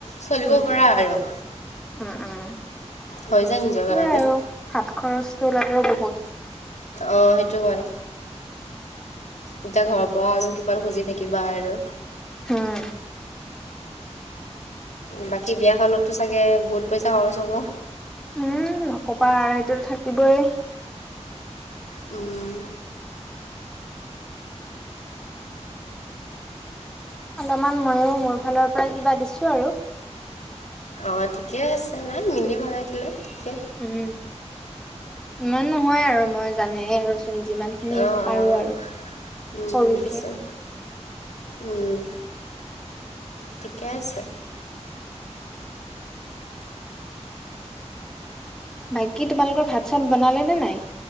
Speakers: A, on the left (about 80°); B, in the centre.
A: চলিব
B: উম
A: পৰা
B: উম
A: আৰু
B: উম, উম,
A: হৈ যায় নিজৰ
B: সেয়া
A: কাৰণে
B: আৰু হাত খৰচ <unintelligible>
A: আহ সেইটো হয় এতিয়া ঘৰৰ পৰা কিমান খুজি থাকিবা আৰু
B: হম, <inaudible>
A: বাকী বিয়াখনতো চাগে বহুত পইচা খৰচ হ'ব?
B: উম নকবা আৰু সেইটো থাকিবই
A: উম,
B: অলপমান ময়ো মোৰ ফালৰ পৰা কিবা দিছো আৰু।
A: অ', ঠিকে আছে, নাই মিলি <inaudible> দিলে ঠিকে
B: উম, ইমান নহয় আৰু মই জানেই আৰু মই যিমান খিনি
A: অঁ
B: পাৰো
A: অঁ
B: আৰু সৰুকে
A: উম বুজিছোঁ উম, ঠিকে আছে।
B: বাকী, তোমালোকৰ ভাত- চাত বনালে নে নাই?